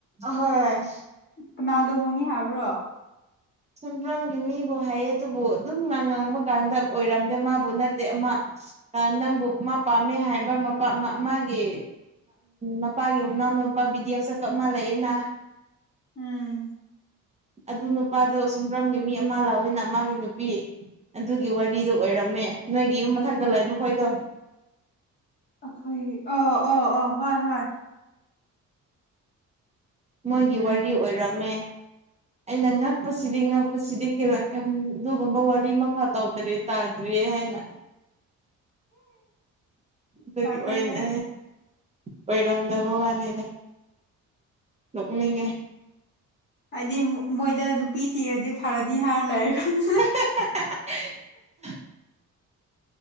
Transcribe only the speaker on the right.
ꯍꯣꯏ
ꯁꯝꯄ꯭ꯔꯝꯒꯤ ꯃꯤꯕꯨ ꯍꯥꯏꯌꯦ ꯑꯗꯨꯕꯨ ꯑꯗꯨꯝ ꯉ ꯉꯥꯡꯕ ꯀꯥꯟꯗ ꯑꯣꯏꯔꯝꯗꯦ ꯃꯥꯕꯨ ꯅꯠꯇꯦ ꯑꯃ ꯅꯪꯕꯨ ꯃꯥ ꯄꯥꯝꯃꯦ ꯍꯥꯏꯕ ꯃ ꯃꯥꯒꯤ ꯃꯄꯥꯒꯤ ꯃꯅꯥꯎꯅ ꯅꯨꯄꯥ ꯚꯤꯗꯤ ꯑꯦꯐ ꯆꯠꯄ ꯑꯃ ꯂꯩꯑꯦꯅ
ꯑꯗꯨ ꯅꯨꯄꯥꯗꯣ ꯁꯨꯝꯕ꯭ꯔꯝꯒꯤ ꯃꯤ ꯑꯃ ꯂꯥꯛꯑꯣꯏꯅ ꯃꯥꯒꯤ ꯅꯨꯄꯤ ꯑꯗꯨꯒꯤ ꯋꯥꯔꯤꯗꯣ ꯑꯣꯏꯔꯝꯃꯦ ꯅꯣꯏꯒꯤ ꯌꯨꯝ ꯃꯊꯛꯇ ꯂꯩꯕ ꯍꯣꯏꯗꯣ
ꯃꯣꯏꯒꯤ
ꯋꯥꯔꯤ ꯑꯣꯏꯔꯝꯃꯦ ꯑꯩꯅ ꯉꯛꯄꯁꯤꯗꯤ ꯉꯛꯄꯁꯤꯗꯤ <unintelligible> ꯑꯗꯨꯒꯨꯝꯕ ꯋꯥꯔꯤ ꯑꯃꯐꯥꯎ ꯇꯧꯗ꯭ꯔꯤ ꯇꯥꯗ꯭ꯔꯤꯌꯦ ꯍꯥꯏꯅ <inaudible> ꯑꯗꯨꯒꯤ
ꯑꯣꯏꯅꯦ ꯑꯣꯏꯔꯝꯗꯕ ꯋꯥꯅꯤꯗ ꯅꯣꯛꯅꯤꯡꯉꯦ
<unintelligible>